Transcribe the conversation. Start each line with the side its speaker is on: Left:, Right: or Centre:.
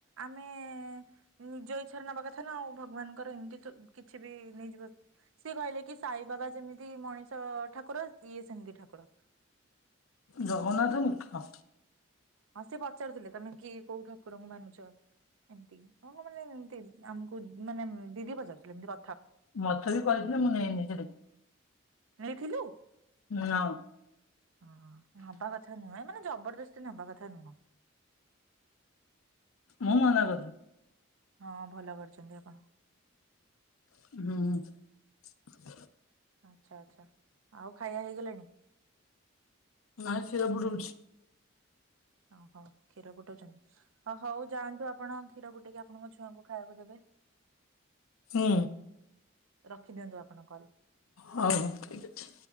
Right: ଆମେ ନିଜ ଇଛାରେ ନବା କଥା ନା ଆଉ ଭଗବାନଙ୍କର ଏମିତି କିଛି ବି ନେଇଯିବ। ସିଏ କହିଲେ କି ସାଇ ବାବା ଯେମିତି ମଣିଷଠାକୁର ଇଏ ସେମିତି ଠାକୁର।
Left: ଜଗନ୍ନାଥ ମୁଖ।
Right: ହଁ ସେ ପଚାରୁଥିଲେ ତମେ କିଏ କୋଉ ଠାକୁରଙ୍କୁ ମାନୁଛ? ଏମିତି ହ କ ମାନେ ଏମତି ଆମକୁ ମାନେ ଦିଦି ପଚାରୁଥିଲେ ଏମତି
Left: ମତେ ବି କହିଥିଲେ ମୁଁ ନେଇ ନଥିଲି।
Right: ନେଇଥିଲୁ।
Left: ନା
Right: ହଁ ହବା କଥା ନୁହେଁ। ମାନେ ଜବରଦସ୍ତି ନବା କଥା ନୁହଁ।
Left: ମୁଁ ମନା କରିଥିଲି।
Right: ହଁ ଭଲ କରିଛନ୍ତି ଆପଣ।
Left: ହୁଁ।
Right: ଆଛା ଆଛା ଆଉ ଖାଇବା ହେଇଗଲାଣି।
Left: ନାଇଁ ସିଏ ସବୁ ରହୁଛି।
Right: ଅ ହ କ୍ଷୀର ଫୁଟଉଛନ୍ତି, ହଉ ଯାଆନ୍ତୁ ଆପଣ। କ୍ଷୀର ଫୁଟେଇକି ଆପଣଙ୍କ ଛୁଆଙ୍କୁ ଖାଇବାକୁ ଦେବେ।
Left: ହୁଁ
Right: ରଖିଦିଅନ୍ତୁ ଆପଣ କଲ୍।
Left: ହଉ ଠିକ୍ ଅଛି।